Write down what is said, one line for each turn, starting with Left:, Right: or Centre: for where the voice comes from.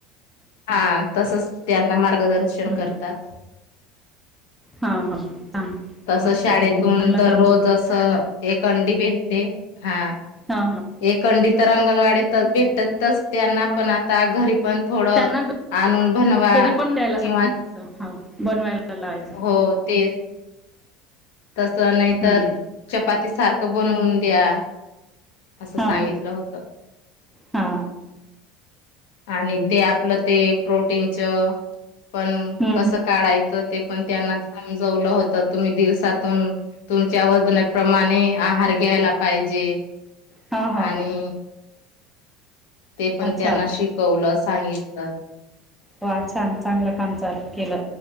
Left: हा तसच त्यांना मार दर्शन
Centre: हम्म
Left: करतात
Centre: हा हा छान
Left: तस
Centre: मस्त
Left: शाळेतुन
Centre: चांगलं
Left: दररोज
Centre: काम चालू
Left: असं एक अंडी भेटते हा.
Centre: हा हा
Left: एकंडी तर अंगणवाडी ईथच भेटतच त्यांना पण आता घरी पण थोड
Centre: त्यांना
Left: आणून बनवा
Centre: घरी पण द्यायला
Left: किंवा
Centre: सांगायचं हा बनवायला लावायचं
Left: हो तेच तस नाहीतर
Centre: हम्म
Left: चपाती सारख बनवून द्या. अस
Centre: हा
Left: सांगितल होत.
Centre: हा
Left: आणि ते आपलं ते प्रोटीनच पण
Centre: हम्म
Left: कसं काढायचं ते. पण त्यांना समजवलं होतं तुम्ही दिवसात तुमच्या वजनाप्रमाणे आहार घ्यायला पाहिजे.
Centre: हा हा
Left: आणि
Centre: हा
Left: ते पण
Centre: अच्छा
Left: त्यांना शिकवलं सांगितलं.
Centre: वा छान चांगलं काम चालू केलं